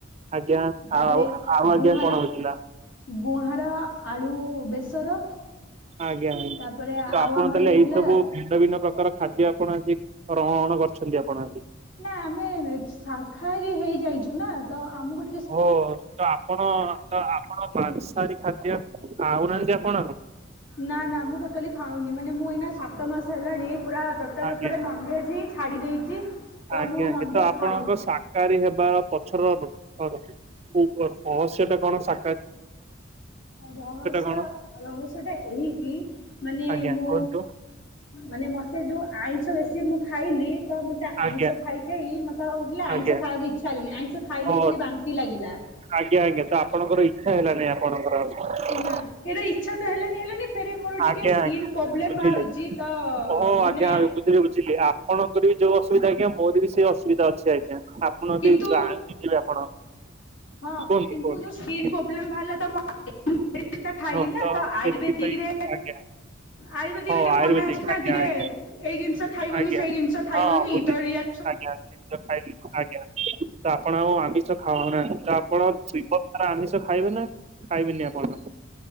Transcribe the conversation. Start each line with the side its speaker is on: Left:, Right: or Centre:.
Right: ଆଜ୍ଞା
Left: ତାପରେ
Right: ଆଉ ଆଉ ଆଜ୍ଞା
Left: ଗୁହାଁର
Right: କଣ ହୋଉଥିଲା।
Left: ଗୁହାଁର ଆଳୁ ବେସର।
Right: ଆଜ୍ଞା ଆଜ୍ଞା
Left: ତାପରେ
Right: ତ
Left: ଆଉ
Right: ଆପଣ
Left: ଆମର
Right: ତାହେଲେ
Left: ହେଇଥିଲା
Right: ଏଇ ସବୁ। ଭିନ୍ନ ଭିନ୍ନ ପ୍ରକାର ଖାଦ୍ୟ ଆପଣ ଆଜି ଗ୍ରହଣ କରିଛନ୍ତି ଆପଣ ଆଜି।
Left: ନା ଆମେ ଶାଖାହାରୀ ହେଇଯାଇଛୁ ନା ତ ଆମକୁ ଟି
Right: ଓ ତ ଆପଣ ତ ଆପଣ ମାଂସାହାରୀ ଖାଦ୍ୟ ଖାଉନାହାନ୍ତି ଆପଣ।
Left: ନା ନା ମୁଁ ଟୋଟାଲି ଖାଉନି ମାନେ ମୁଁ ଏଇନା ସାତ ମାସ ହେଲାଣି ପୁରା ଟୋଟାଲ
Right: ଆଜ୍ଞା
Left: ଉପରେ ନନ୍ଭେଜ୍ ହିଁ। ଛାଡ଼ି ଦେଇଛି। ତ
Right: ଆଜ୍ଞା
Left: ମୁଁ
Right: ଆଜ୍ଞା
Left: ନନଭେଜ
Right: ତ ଆପଣଙ୍କ
Left: ଖାଉନି।
Right: ସା ସାକାହାରୀ ହେବା ପଛର ର ଅ ର ଉ ରହସ୍ୟ ଟା କଣ ସା
Left: ରହସ୍ୟ
Right: କଣ?
Left: ରହସ୍ୟ ଟା ଏହିକି। ମାନେ
Right: ଆଜ୍ଞା
Left: ମୁଁ
Right: କୁହନ୍ତୁ
Left: ମାନେ ମତେ ଯୋଉ ଆଇଁଷ ବେଶୀ ମୁଁ ଖାଇଲି। ତ ମତେ
Right: ଆଜ୍ଞା
Left: ଆଇଁଷ ଖାଇ ଖାଇ ମତେ ଆଉ ଏତେ ଆଇଁଷ
Right: ଆଜ୍ଞା
Left: ଖାଇବାକୁ ଇଚ୍ଛା ହେଲେଣିି ଆଇଁଷ ଖାଇଲେ
Right: ଓ
Left: ହିଁ ଖାଲି ବାନ୍ତି ଲାଗିଲା।
Right: ଆଜ୍ଞା ଆଜ୍ଞା ତ ଆପଣଙ୍କର ଇଚ୍ଛା ହେଲାନି ଆପଣଙ୍କର ଆଉ।
Left: ହଁ ନା ସେଇଟା ଇଚ୍ଛା ତ ହେଲାନି ହେଲାନି। ଫେରେ ମୋର ଟିକେ
Right: ଆଜ୍ଞା
Left: ସ୍କିନ୍
Right: ଆଜ୍ଞା
Left: ପ୍ରୋବ୍ଲେମ
Right: ବୁଝିଲି
Left: ବାହାରୁଛି ତ
Right: ଓ ହୋ
Left: ମାନେ
Right: ଆଜ୍ଞା ବୁଝିଲି ବୁଝିଲି ଆ ଆପଣଙ୍କର ବି ଯୋଉ ଅସୁବିଧା ଆଜ୍ଞା ମୋର ବି ସେଇ ଅସୁବିଧା ଅଛି ଆଜ୍ଞା ଆପଣ
Left: କିନ୍ତୁ
Right: ବି ଆଁ ଯିବେ ଆପଣ।
Left: ହଁ
Right: କୁହନ୍ତୁ
Left: କିନ୍ତୁ
Right: କୁହନ୍ତୁ।
Left: ଯୋଉ ସ୍କିନ ପ୍ରୋବ୍ଲେମ ବାହାରିଲ ତ ମୋ ମେଡିସିନ ଟା ଖାଇଲି
Right: ହଉ
Left: ନା ତ ଆୟୁର୍ବେଦିକରେ।
Right: ସେଥିପାଇଁ ଆଜ୍ଞା
Left: ଆୟୁର୍ବେଦିକରେ
Right: ହଉ
Left: ଟିକେ
Right: ଆୟୁର୍ବେଦିକ
Left: ମନା ଅଛି ନା
Right: ଆଜ୍ଞା
Left: ଟିକେ
Right: ଆଜ୍ଞା
Left: ଏଇ ଜିନିଷ ଖାଇବନି
Right: ଆଜ୍ଞା
Left: ସେଇ ଜିନିଷ ଖାଇବନି
Right: ହଁ ବୁଝିଛି
Left: ତ ରିଆ
Right: ଆଜ୍ଞା <inaudible> ଖାଇଲି ଆଜ୍ଞା ତ ଆପଣ ଆଉ ଆମିଷ ଖା ଖାଉ ନାହାନ୍ତି ତ ଆପଣ ଜିବନ ସାରା ଆମିଷ ଖାଇବେ ନା ଖାଇବେନି ଆପଣ।